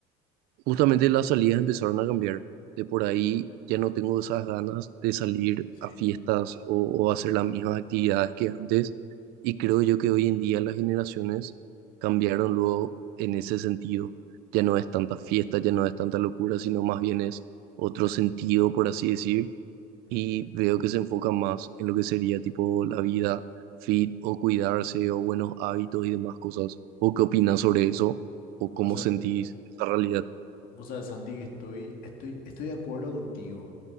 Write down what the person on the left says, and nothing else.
sí.
ujú.
Vos, sa-
vos sabés, Santi, que estoy, estoy, estoy de acuerdo contigo.